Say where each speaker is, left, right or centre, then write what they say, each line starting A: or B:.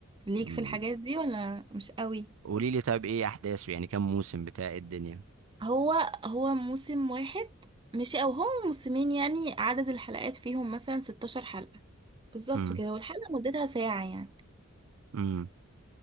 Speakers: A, on the right; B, on the right.
A: ليك
B: مم.
A: في الحاجات دي ولا مش قوي
B: قولي لي طيب ايه احداثه يعني كام موسم بتاع إيه الدنيا
A: هو هو موسم واحد ماشي او هم موسمين يعني عدد الحلقات فيهم مثلا 16 حلقة بالظبط
B: امم
A: كده والحلقة مدتها ساعة يعني
B: امم